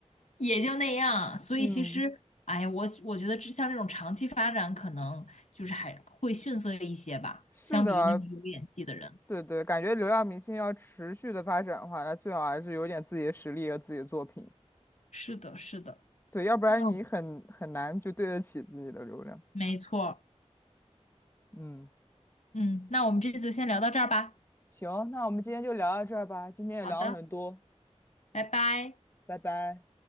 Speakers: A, on the left (about 75°); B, on the left (about 20°).
A: 也就那样。所以其实，
B: 嗯，
A: 哎呀，我我觉得这像这种长期发展，可能就是还会逊色一些吧，
B: <laughs> 是的，
A: 相比于那种有演技的人。
B: 对对，感觉流量明星要持续的发展的话，那最好还是有点自己的实力和自己的作品。
A: 是的，是的，
B: 对，要不然你很很难就对得起自己的流量。
A: 嗯，没错
B: 嗯。
A: 嗯，那我们这次就先聊到这儿吧。
B: 行，那我们今天就聊到这儿吧，今天也聊了很多，
A: 好的，拜拜。
B: 拜拜。